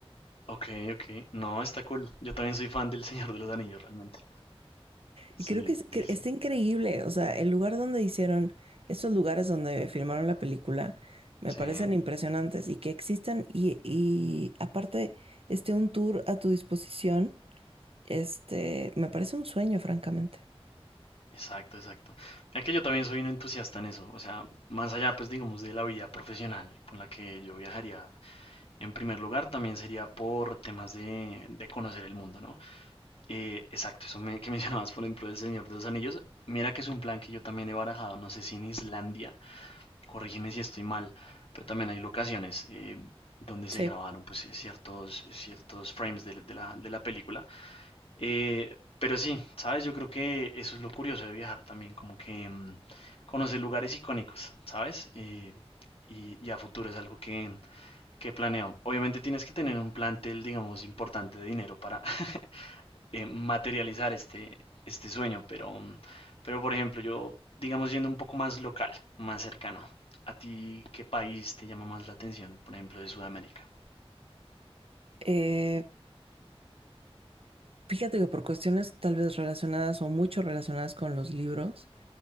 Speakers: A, on the left; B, on the right.
A: Ok, ok. No, está cool. Yo también soy fan del Señor de los Anillos, realmente. Sí,
B: Y creo que, es- que
A: sí, sí.
B: está increíble, o sea, el lugar donde hicieron, estos lugares donde filmaron la película, me
A: Sí,
B: parecen impresionantes y que existan y, y aparte esté un tour a tu disposición, este, me parece un sueño, francamente.
A: exacto, exacto. Mira que yo también soy un entusiasta en eso. O sea, más allá, pues digamos, de la vida profesional por la que yo viajaría En primer lugar, también sería por temas de, de conocer el mundo, ¿no? Eh, exacto, eso me- que <laughs> mencionabas, por ejemplo, El Señor de los Anillos. Mira que es un plan que yo también he barajado, no sé si en Islandia, corrígeme si estoy mal, pero también hay locaciones eh, donde se
B: Sí.
A: grabaron pues, eh, ciertos, ciertos frames de, la, de la- de la película. Eh, pero sí, ¿sabes? Yo creo que eso es lo curioso de viajar también, como que mm, conocer lugares icónicos, ¿sabes? Eh, y, y a futuro es algo que ¿Qué planeo. Obviamente tienes que tener un plantel, digamos, importante de dinero para <laughs> eh, materializar este, este sueño, pero, mm, pero por ejemplo, yo, digamos, yendo un poco más local, más cercano, ¿a ti qué país te llama más la atención, por ejemplo, de Sudamérica?
B: Eh, Fíjate que por cuestiones tal vez relacionadas o mucho relacionadas con los libros,